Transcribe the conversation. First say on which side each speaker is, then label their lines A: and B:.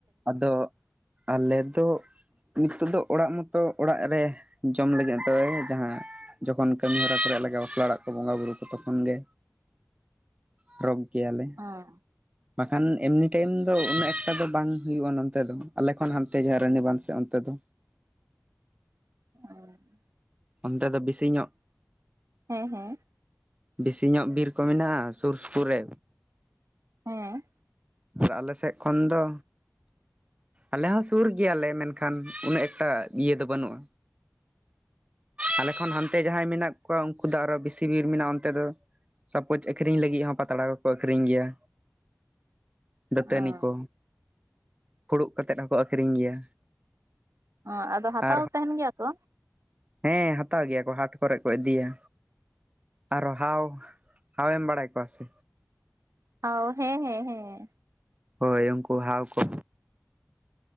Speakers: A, on the right (about 25°); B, on the right (about 75°).
A: ᱟᱫᱚ ᱟᱞᱮ ᱫᱚ ᱱᱤᱛᱳᱜ ᱫᱚ ᱚᱲᱟᱜ ᱢᱚᱛᱚ ᱚᱲᱟᱜ ᱨᱮ ᱡᱚᱢ ᱞᱟᱹᱜᱤᱫ ᱱᱤᱛᱚᱜ ᱫᱚ ᱡᱟᱦᱟᱸ ᱡᱚᱠᱷᱚᱱ ᱠᱟᱹᱢᱤᱦᱚᱨᱟ ᱠᱚᱨᱮ ᱞᱟᱜ ᱵᱟᱯᱞᱟ ᱚᱲᱟᱜ ᱠᱚ ᱵᱚᱸᱜᱟᱼᱵᱩᱨᱩ ᱠᱚ ᱛᱚᱠᱷᱚᱱ ᱜᱮ ᱦᱚᱨᱳᱜᱽ ᱜᱮᱭᱟᱞᱮ
B: ᱚᱸ
A: ᱵᱟᱠᱷᱟᱱ ᱮᱢᱱᱤ ᱴᱟᱭᱤᱢ ᱫᱚ ᱩᱱᱟᱹᱜ ᱮᱠᱴᱟ ᱫᱚ ᱵᱟᱝ ᱦᱩᱭᱩᱜᱼᱟ ᱱᱚᱱᱛᱮ ᱫᱚ ᱟᱞᱮ ᱠᱷᱚᱱ ᱦᱟᱱᱛᱮ ᱡᱟᱦᱟᱸ ᱨᱟᱱᱤ ᱵᱟᱸᱫᱥᱮᱫ ᱚᱱᱛᱮ ᱫᱚ᱾
B: ᱚ᱾
A: ᱚᱱᱛᱮ ᱫᱚ ᱵᱮᱥᱤ ᱧᱚᱜ᱿
B: ᱦᱮᱸ ᱦᱮᱸ
A: ᱵᱮᱥᱤ ᱧᱚᱜ ᱵᱤᱨ ᱠᱚ ᱢᱮᱱᱟᱜᱼᱟ ᱥᱩᱨ ᱥᱩᱯᱩᱨ ᱨᱮ?
B: ᱦᱮᱸ᱾
A: ᱟᱨ ᱟᱞᱮ ᱥᱮᱫ ᱠᱷᱚᱱ ᱫᱚ ᱟᱞᱮ ᱦᱚᱸ ᱥᱩᱨ ᱜᱮᱭᱟᱞᱮ ᱢᱮᱱᱠᱷᱟᱱ ᱩᱱᱟᱹᱜ ᱮᱠᱴᱟ ᱤᱭᱟᱹ ᱫᱚ ᱵᱟᱹᱱᱩᱜᱼᱟ᱾ ᱟᱞᱮ ᱠᱷᱚᱱ ᱦᱟᱱᱛᱮ ᱡᱟᱦᱟᱸᱭ ᱢᱮᱱᱟᱜ ᱠᱚᱣᱟ ᱩᱱᱠᱩ ᱫᱚ ᱟᱨᱚ ᱵᱮᱥᱤ ᱵᱤᱨ ᱢᱮᱱᱟᱜᱼᱟ ᱚᱱᱛᱮ ᱫᱚ᱾ ᱥᱟᱯᱳᱡ ᱟᱠᱷᱨᱤᱧ ᱞᱟᱹᱜᱤᱫ ᱦᱚᱸ ᱯᱟᱛᱲᱟ ᱠᱚᱠᱚ ᱟᱠᱷᱨᱤᱧ ᱜᱮᱭᱟ᱾ ᱫᱟᱹᱛᱟᱹᱱᱤ
B: ᱚᱸ
A: ᱠᱚ ᱯᱷᱩᱲᱩᱜ ᱠᱟᱛᱮᱫ ᱦᱚᱸᱠᱚ ᱟᱠᱷᱨᱤᱧ ᱜᱮᱭᱟ᱾
B: ᱚ ᱟᱫᱚ ᱦᱟᱛᱟᱣ
A: ᱟᱨ
B: ᱛᱟᱦᱮᱱ ᱜᱮᱭᱟ ᱠᱚ?
A: ᱦᱮᱸ ᱦᱟᱛᱟᱣ ᱜᱮᱭᱟ ᱠᱚ ᱦᱟᱴ ᱠᱚᱨᱮ ᱠᱚ ᱤᱫᱤᱭᱟ᱾ ᱟᱨᱚ ᱦᱟᱣ ᱦᱟᱣᱮᱢ ᱵᱟᱲᱟᱭ ᱠᱚᱣᱟ ᱥᱮ?
B: ᱚ ᱦᱮᱸ ᱦᱮᱸ ᱦᱮᱸ᱾
A: ᱦᱳᱭ ᱩᱱᱠᱩ ᱦᱟᱣ ᱠᱚ᱾